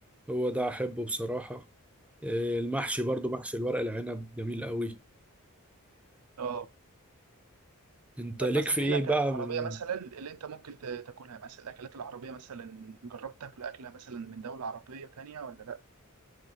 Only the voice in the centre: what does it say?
هو ده أحبه بصراحة آه، المحشي برضو محشي الورق العنب جميل قوي
أنت
ليك
في
إيه
بقى
من